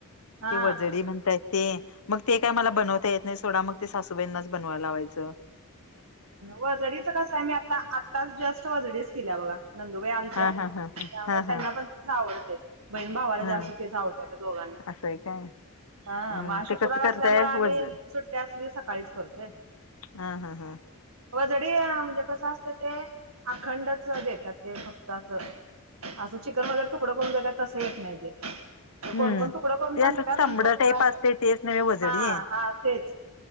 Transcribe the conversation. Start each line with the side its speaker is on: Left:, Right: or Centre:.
Right: हा
Left: ते वजडी. म्हणताय ते मग ते काय मला बनवता येत नाही सोडा मग ते सासूबाईंनाच बनवायला लावायच.
Right: वजडीच कस आहे मी आता आत्ताच जस्ट वजडीच केल्या बघा. नंदुबाईआलत्या
Left: हा हा हा
Right: त्यामुळे
Left: हा हा
Right: त्यांना
Left: हा.
Right: पण तेच आवडते. बहीण भावाला
Left: हा
Right: जास्त तेच आवडते आता दोघांना.
Left: असं आहे काय.
Right: हा
Left: हम्म
Right: मग आज शुक्रवार
Left: ते कसं करताय
Right: असल्यामुळे आम्ही
Left: वज
Right: सुट्टी असली सकाळीच करतोय.
Left: हा हा हा.
Right: वजडी म्हणजे कसं असते ते अखंडच देतात ते फक्त असं. असं चिकन वैगेरे तुकडं करून देतात तसं येत नाही ते
Left: हम्म
Right: कोणकोण तुकडं करून
Left: ते
Right: पण
Left: असं
Right: देतात
Left: चांबड
Right: पण कोणकण
Left: टाईप
Right: असा
Left: असते तेच नव्हे वजडी
Right: हा हा तेच